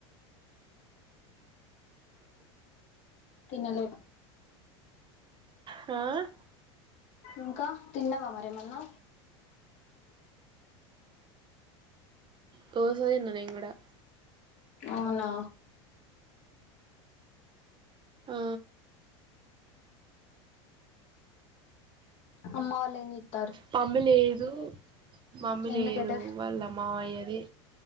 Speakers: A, on the left; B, on the right.
A: తినలేం
B: ఆ
A: ఇంకా తిన్నావా మరేమన్నా
B: దోసదిన్న నేను కూడా
A: అవునా
B: ఆ
A: అమ్మ వాళ్ళు ఎం చేత్
B: మమ్మీ లేదు మమ్మీ
A: ఎందుకటే
B: లేదు వాళ్ళ మామయ్యది